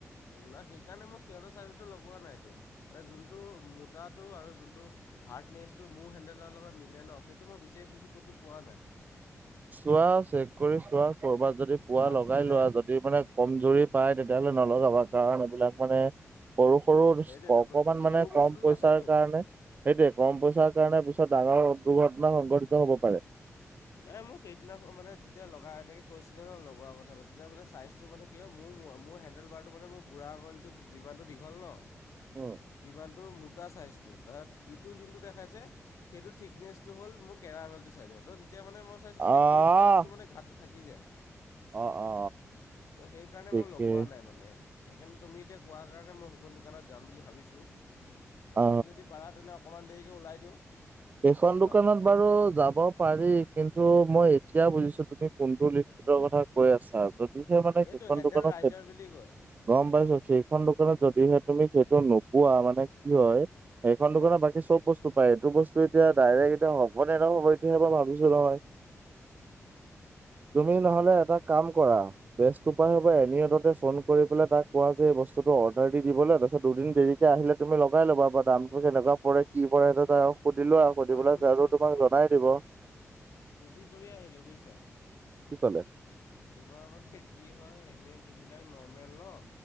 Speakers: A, on the left; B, on the right.
A: নাই সেইকাৰণে মই সিহঁতৰ চাইজৰ লগোৱা নাইটো মানে যোনটো মোটাটো আৰু যোনটো হাৰ্ডনেচটো মোৰ হেণ্ডেলৰ মিলে ন সেইটো মই বিচাৰি ফছো ক'তো পোৱা নাই
B: চোৱা চেক কৰি চোৱা কৰবাত যদি পোৱা
A: আজি
B: লগাই
A: তেনে
B: লোৱা যদি মানে কমজুৰি পাই তেতিয়াহ'লে নলগাবা কাৰণ এইবিলাক মানে সৰু সৰু
A: সেইটোৱেতো
B: অকমান
A: সেইটোৱে সৰু
B: মানে
A: বস্তুটো
B: কম পইচাৰ
A: নাটেতো
B: কাৰণে সেইটোৱে কম পইচাৰ কাৰণে পিছত ডাঙৰ দুৰ্ঘটনা সংঘটিত হব পাৰে
A: নাই মোক সেইদিনা মানে যেতিয়া লগা এনেকে কৈছিলে ন লগোৱা কথাটো তেতিয়া মানে চাইজ টো মানে কি হয় মোৰ মোৰ হেডেল বাৰটো মানে মোৰ বুঢ়া আঙুলিটো যিমানটো দীঘল ন
B: অ
A: যিমানটো মোটা চাইজটো তাত ইটো যোনটো দেখাইছে সেইটো থিকনেচটো হ'ল মোক কেৰা আঙলিটো চাইজৰ ত তেতিয়া মানে মই চাইছোঁ
B: আহ
A: এই দুটা বস্তু মানে ঘাতটো থাকি যায়
B: অ অ।
A: ত' সেইকাৰণে
B: ঠিকে
A: মই লগোৱা নাই মানে সেইকাৰণে তুমি এতিয়া কোৱা কাৰণে মই সেইখন দোকানত যাম বুলি ভাবিছোঁ ত
B: অ
A: আজি যদি পাৰা তেনে অকণমান দেৰিকে ওলাই দিওঁ
B: সেইখন
A: ন
B: দোকানত বাৰু যাব পাৰি কিন্তু মই এতিয়া বুজিছোঁ তুমি কোনটো লিখিতৰ কথা কৈ আছা যদিহে মানে
A: এইটো
B: সেইখন
A: হেণ্ডেল
B: দোকানত
A: ৰাইজাৰ বুলি কয়
B: গম পাইছো সেইখন দোকানত যদিহে তুমি সেইটো নোপোৱা মানে কি হয় এইখন দোকানত বাকী চব বস্তু পায় এইটো বস্তু এতিয়া ডাইৰেক্ট এতিয়া হব নে নহ'ব এতিয়া হে ভাবিছো নহয় তুমি নহলে এটা কাম কৰা বেচ উপায় হ'ব এনিঅদতে ফোন কৰি পেলাই তাক কোৱা যে এই বস্তুটো অৰ্ডাৰ দি দিবলৈ তাৰপিছত দুদিন দেৰি কে আহিলে তুমি লগাই ল'বা দামটো কেনেকা পৰে কি পৰে সেইটো আও সুধি লোৱা আৰু সুধিব
A: দামটো
B: পেলাই জাৰো তোমাক
A: চব
B: জনাই দিব
A: সুধি কৰি আহিলোঁ বুজিছা
B: কি ক'লে
A: তোমাৰ মানে কি হয় এনেই যোনবিলাক নৰ্মেল ন